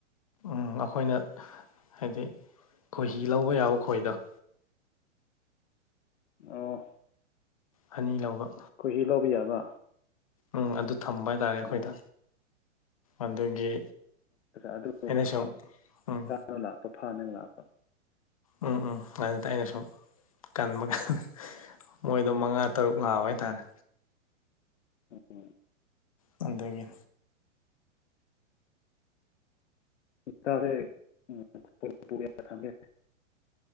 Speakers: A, on the left; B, on the left.
A: ꯎꯝ ꯑꯩꯈꯣꯏꯅ ꯍꯥꯏꯗꯤ ꯈꯣꯏꯍꯤ ꯂꯧꯕ ꯌꯥꯕ ꯈꯣꯏꯗꯣ
B: ꯑ
A: ꯑꯅꯤ ꯂꯧꯕ
B: ꯈꯨꯣꯏꯍꯤ ꯂꯧꯕ ꯌꯥꯕ
A: ꯎꯝ ꯑꯗꯨ ꯊꯝꯕ ꯍꯥꯏꯇꯥꯔꯦ ꯑꯩꯈꯣꯏꯗ
B: ꯑꯣ
A: ꯑꯗꯨꯒꯤ
B: ꯑꯗꯨꯥ
A: ꯑꯩꯅ ꯁꯨꯝ ꯎꯝ
B: ꯂꯥꯛꯄ ꯐꯅꯦ ꯂꯥꯛꯄ
A: ꯎꯝ ꯎꯝ ꯑꯗꯨꯗ ꯑꯩꯅ ꯁꯨꯝ ꯀꯟꯕ ꯀꯥꯟ ꯃꯣꯏꯗꯣ ꯃꯉꯥ ꯇꯔꯨꯛ ꯂꯥꯛꯑꯕ ꯍꯥꯏꯇꯥꯔꯦ
B: ꯎꯝ ꯎꯝ
A: ꯄꯟꯗꯒꯤ
B: ꯏꯁꯥꯁꯦ ꯎꯝ ꯄꯨ ꯊꯝꯒꯦꯦ